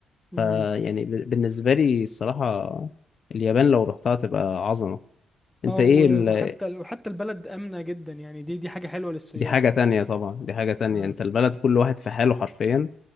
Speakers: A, in the centre; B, on the left.
A: امم
B: فيعني ب- بالنسبه لي الصراحه اليابان لو رحتها تبقى عظمه انت
A: اه
B: ايه
A: و-
B: ال...
A: وحتى وحتى البلد آمنة جدا يعني دي دي حاجة حلوة للسياح
B: دي حاجه تانية طبعا دي حاجه تانية
A: اه
B: انت البلد كل واحد في حاله حرفيا